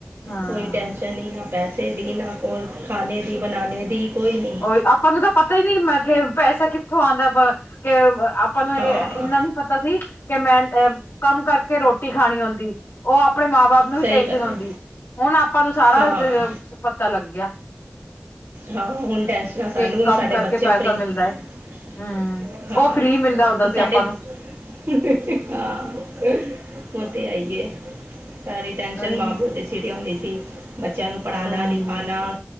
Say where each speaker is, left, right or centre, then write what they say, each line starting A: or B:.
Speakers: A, on the left; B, on the right.
A: ਹਾਂ
B: ਕੋਈ ਟੈਂਨਸ਼ਨ ਨਹੀਂ ਨਾ ਪੈਸੇ ਦੀ ਨਾ ਕੋਈ ਖਾਣੇ ਦੀ ਬਣਾਣੇ ਦੀ ਕੋਈ ਨਹੀਂ
A: ਉਹਹੀ ਆਪਾਂ ਨੂੰ ਤਾਂ ਪਤਾ ਹੀ ਨਹੀਂ ਕਿ ਪੈਸਾ ਕਿੱਥੋਂ ਆਉਂਦਾ ਕੇ ਆਪਾਂ ਨੂੰ
B: ਹਾਂ
A: ਇਹ ਇੰਨਾ ਨੀ ਪਤਾ ਸੀ ਕਿ ਮੈਂ ਅ ਕੰਮ ਕਰਕੇ ਰੋਟੀ ਖਾਣੀ ਹੁੰਦੀ ਉਹ ਆਪਣੇ ਮਾਂ ਬਾਪ ਨੂੰ ਹੀ
B: ਸਹੀ
A: ਟੇਂਸ਼ਨ
B: ਗੱਲ
A: ਹੁੰਂਦੀ
B: ਹੈ
A: ਹੁਣ ਆਪਾਂ ਨੂੰ ਸਾਰਾ
B: ਹਾਂ
A: ਪਤਾ ਲੱਗ ਗਿਆ
B: ਹਾਂ ਹੁਣ ਟੈਂਸ਼ਨਾਂ ਸਾਨੂੰ
A: ਕਿ
B: ਹੁਣ
A: ਕੰਮ
B: ਸਾਡੇ
A: ਕਰਕੇ
B: ਬੱਚੇ
A: ਪੈਸਾ
B: ਫ੍ਰਰੀ
A: ਮਿਲਦਾ ਹੈ
B: <unintelligible>
A: ਹਮ
B: ਹਾਂ
A: ਉਹ ਫ੍ਰਰੀ ਮਿਲਦਾ ਹੁੰਦਾ ਸੀ
B: ਸਾਡੇ
A: ਆਪਾਂ
B: <unintelligible>
A: ਨੂੰ
B: ਹਾਂ ਉ ' ਤੇ ਹੈ ਈਏ ਸਾਰੀ ਟੈਨਸ਼ਨ
A: ਉਹੀ
B: ਮਾਂ
A: ਨਾ
B: ਪਿਓ 'ਦੇ ਸਿਰ ਆਉਂਦੀ ਸੀ ਬੱਚਿਆਂ ਨੂੰ ਪੜ੍ਹਾਉਣਾ
A: ਹਮ
B: ਲਿਖਾਉਣਾ